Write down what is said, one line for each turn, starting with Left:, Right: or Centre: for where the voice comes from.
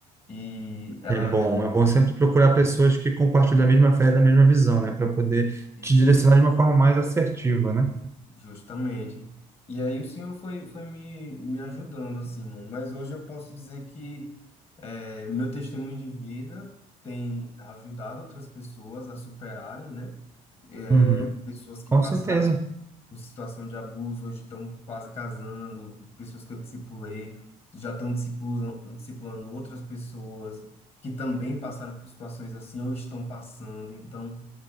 Left: E ela...
Right: É bom. É bom sempre procurar pessoas que compartilham a mesma fé e da mesma visão, né? Para poder
Left: Isso.
Right: te direcionar de uma forma mais assertiva, né?
Left: Justamente. E aí o Senhor foi, foi me, me ajudando, assim, mano. Mas hoje eu posso dizer que eh, meu testemunho de vida tem ajudado outras pessoas a superarem, né? Eh,
Right: Uhum.
Left: pessoas que
Right: Com
Left: passaram
Right: certeza.
Left: por situação de abuso, hoje estão quase casando, pessoas que eu discipulei, já estão discipulando, discipulando outras pessoas que também passaram por situações assim ou estão passando. Então,